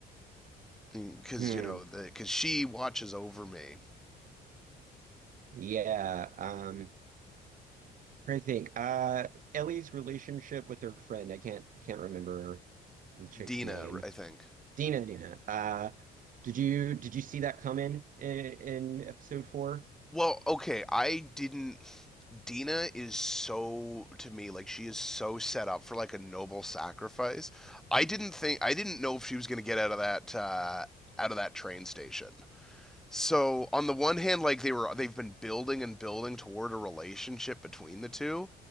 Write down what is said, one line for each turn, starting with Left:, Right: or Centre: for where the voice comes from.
Centre: because
Right: Hmm.
Centre: you know, because she watches over me,
Right: Yeah. Um. I think uh Ellie's relationship with her friend, I can't can't remember the chick's
Centre: Dina,
Right: name.
Centre: I think.
Right: Dina, Dina. Uh did you did you see that coming in, in episode four?
Centre: Well, okay, I didn't. Dina is so to me like she is so set up for like a noble sacrifice. I didn't think I didn't know if she was gonna get out of that uh, out of that train station. So on the one hand, like they were, they've been building and building toward a relationship between the two.